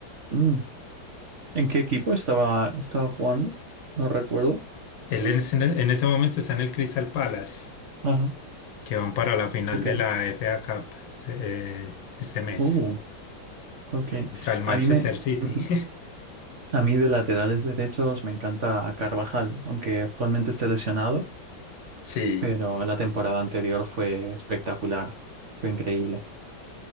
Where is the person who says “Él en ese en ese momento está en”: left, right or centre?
Left